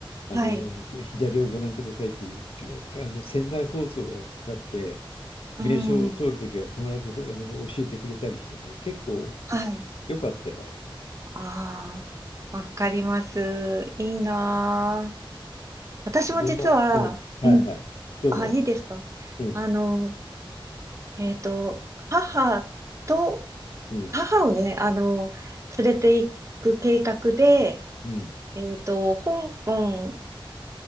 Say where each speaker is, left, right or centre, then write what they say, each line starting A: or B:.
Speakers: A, on the left (about 85°); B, on the right (about 35°).
A: あの、
B: はい。
A: 左をご覧くださいって、けあの、船内放送がかかって、
B: うーん。
A: 名称を通るときは必ずあの教えてくれたりしてね、結構
B: はい。
A: 良かったよ。
B: ああ、わかります。いいなあ。私も実は、
A: で、まあ、うん、はいはい。
B: うん。
A: どうぞ。
B: あ、いいですか。
A: うん、
B: あの、えっと、母と、
A: うん、
B: 母をね、あの、連れて行く計画で、
A: うん、
B: えっと、香港